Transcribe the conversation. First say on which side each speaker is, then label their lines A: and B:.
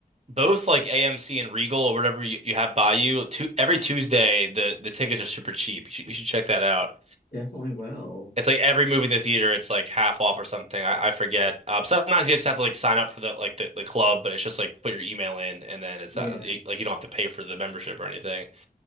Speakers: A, on the right (about 40°); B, on the left (about 75°).
A: both like AMC and Regal or whatever you, you have by you. Tu every Tuesday, the the tickets are super cheap. You should, you should check that out.
B: Definitely will.
A: It's like every movie in the theater, it's like half off or something. I, I forget. Um, sometimes you just have to like sign up for the like the, the club, but it's just like put your email in, and then it's
B: Yeah.
A: not like you don't have to pay for the membership or anything.